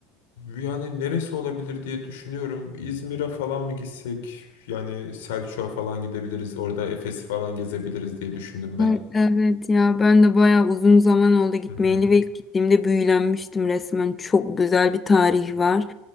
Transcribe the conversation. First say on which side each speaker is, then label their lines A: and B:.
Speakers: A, on the left; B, on the left.
A: yani neresi olabilir diye düşünüyorum. İzmir'e falan mı gitsek? Yani Selçuk'a falan gidebiliriz. Orada Efes'i falan gezebiliriz diye düşündüm ben.
B: Ay, Evet ya ben de bayağı uzun zaman oldu gitmeyeli
A: Hı hı.
B: ve ilk gittiğimde büyülenmiştim resmen. Çok güzel bir tarih var.